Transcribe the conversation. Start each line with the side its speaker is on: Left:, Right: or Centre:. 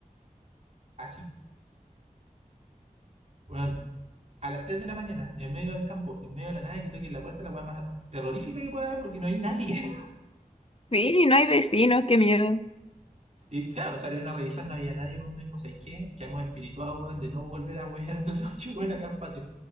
Right: Así, weón. A las 3 de la mañana, en medio del campo, en medio de la nada, que toquen la puerta, la weá más terrorífica que pueda haber porque no hay nadie. <laughs>
Left: Sí, no hay vecinos, qué miedo.
Right: Y claro, salieron a revisar, no había nadie, weón. Me dijo, ¿sabes qué? Que hemos espirituado, weón, de no volver a wear a la noche, weón, acá al patio.